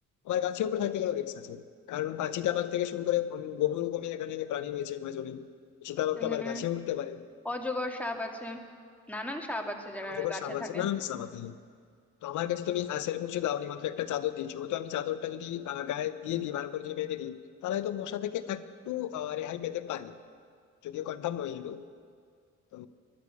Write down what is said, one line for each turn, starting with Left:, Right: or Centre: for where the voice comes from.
Left: আবার গাছের উপরে থাকতে গেলেও রিস্ক আছে কারণ আহ, চিতাবাঘ থেকে শুরু করে অন্য বহু রকমের এখানে প্রাণী রয়েছে আমাজনে চিতাবাঘ
Centre: হুম
Left: তো আবার
Centre: হুম
Left: গাছে উঠতে পারে
Centre: অজগর সাপ আছে নানান সাপ আছে যারা
Left: আমাজনের
Centre: গাছে
Left: সাপ আছে
Centre: থাকে
Left: নানান সাপ আছে তো আমার কাছে তুমি আহ, সেরকম কিছু দাওনি মাত্র একটা চাদর দিয়েছো তো আমি চাদরটা যদি আহ, গায়ে দিয়ে দিই ভালো করে যদি বেঁধে দিই তাহলে হয়তো মশা থেকে একটু আহ, রেহাই পেতে পারি যদিও কনফার্ম নয় কিন্তু তো